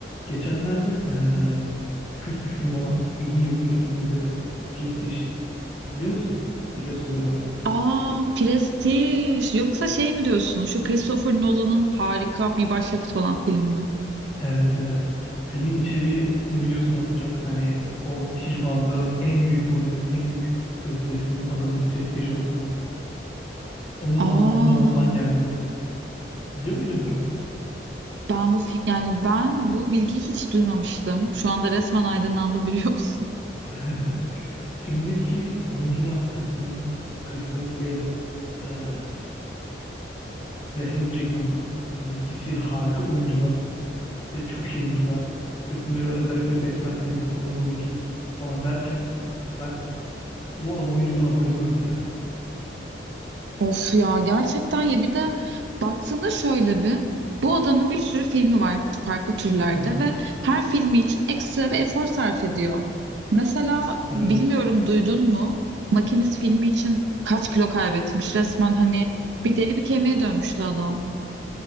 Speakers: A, on the left; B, on the right.
A: Geçenlerde eee kült bir film olan 20 yıllık bir film izledim. Prestige. Biliyor musun? Biliyorsundur umarım.
B: Aa, Prestij. Yoksa şey mi diyorsun? Şu Christopher Nolan'ın harika bir başyapıt olan filmi mi?
A: Evet evet. Filmin içeriği ne biliyorsun az çok. Hani o sihirbazların en büyük rolünün, en büyük gösterisinin adının Prestige olduğunu, onun
B: Aa,
A: a- adının ondan geldiğini. Biliyor muydun bunu?
B: ben bu fi- yani ben bu bilgiyi hiç duymamıştım. Şu anda resmen aydınlandım biliyor musun?
A: <laughs> Filmdeki oyuncular Kristen, Kristen Bale eee, ve Hugh Jackman. Hani ikisi harika oyuncular. İşte çok iyi oyuncular. Christian Bale özellikle Batman serisinde oynadığı oyunculuk falan derken ya ben bu adam oyunculuğuna bayılıyorum ya.
B: Of ya gerçekten ya bir de baktığında şöyle bir bu adamın bir sürü filmi var farklı türlerde
A: Hı hı.
B: ve her filmi için ekstra bir efor sarf ediyor. Mesela
A: Evet.
B: bilmiyorum duydun mu Makinist filmi için kaç kilo kaybetmiş resmen hani bir deri bir kemiğe dönmüştü adam.